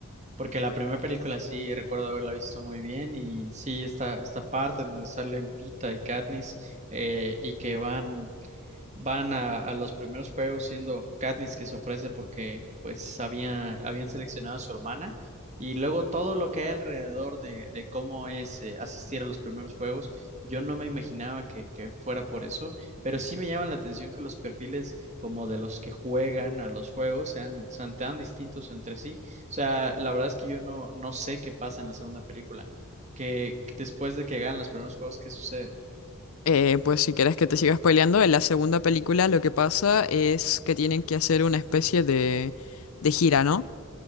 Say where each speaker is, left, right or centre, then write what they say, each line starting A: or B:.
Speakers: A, on the right (about 30°); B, on the left (about 80°).
A: porque la primera película sí recuerdo haberla visto muy bien y sí, esta, esta parte donde salen Pita y Katniss eh, y que van... van a, a los primeros juegos siendo Katniss que se ofrece porque pues había, habían seleccionado a su hermana y luego todo lo que hay alrededor de, de cómo es eh, asistir a los primeros juegos, yo no me imaginaba que, que fuera por eso, pero sí me llama la atención que los perfiles como de los que juegan a los juegos sean, sean tan distintos entre sí. O sea, la verdad es que yo no, no sé qué pasa en la segunda película, que que después de que ganan los primeros juegos, ¿qué sucede?
B: Eh, pues si quieres que te siga spoileando, en la segunda película lo que pasa es que tienen que hacer una especie de, de gira, ¿no?